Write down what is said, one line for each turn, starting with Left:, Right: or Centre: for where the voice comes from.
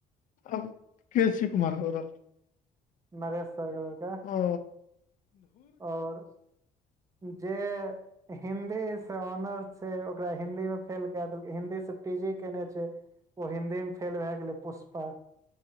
Left: आब के छै कुमार गोरव
Right: नरेश सर के लड़का
Left: हु
Right: आओर जे हिन्दी से ऑनर्स छै ओकरा हिन्दी मे फेल कए देलकै हिंन्दी से पी जी केने छै ओ हिन्दी मे फेल भए गेलै पुष्पा